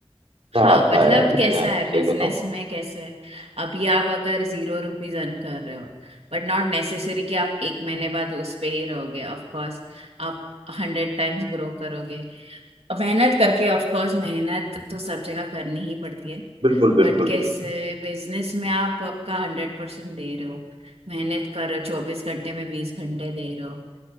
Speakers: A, on the right; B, on the right.
A: आता
B: हाँ मतलब
A: है
B: कैसा
A: मैं आपको
B: है
A: सही
B: बिजनेस
A: बताऊं
B: में कैसा है अभी आप अगर जीरो रुपीज अर्न कर रहे हो बट नॉट नेसेसरी कि आप एक महीने बाद उस पे ही रहोगे ऑफ कोर्स आप हंड्रेड टाइम्स ग्रो करोगे मेहनत करके ऑफ कोर्स मेहनत तो सब जगह करनी ही पड़ती है
A: बिल्कुल बिल्कुल
B: बट कैसे
A: बिल्कुल
B: बिजनेस में आप आपका हंड्रेड परसेंट दे रहे हो मेहनत कर रहे हो चौबीस घंटे में बीस घंटे दे रहे हो